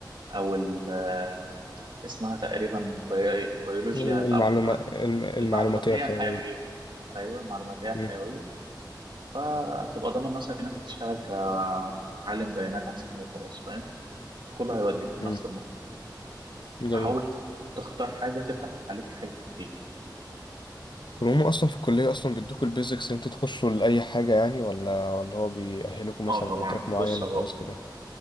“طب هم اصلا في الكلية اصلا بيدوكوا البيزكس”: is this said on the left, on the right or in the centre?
Left